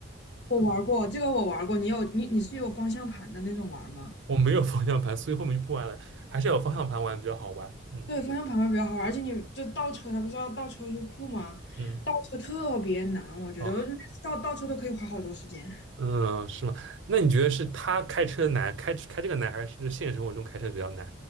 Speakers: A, on the left; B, on the right.
A: 我玩儿过这个，我玩儿过，你有你你是有方向盘的那种玩儿吗？
B: 我没有方向盘，所以后面就不玩了，还是有方向盘玩比较好玩。嗯
A: 对，方向盘会比较好玩，而且你就倒车，它不是要倒车入库吗？
B: 嗯，
A: 倒车特别难，我觉得我每次倒倒车都可以花好多时间。
B: 哦，嗯，是吗？那你觉得是他开车难，开开这个难，还是现实生活中开车比较难？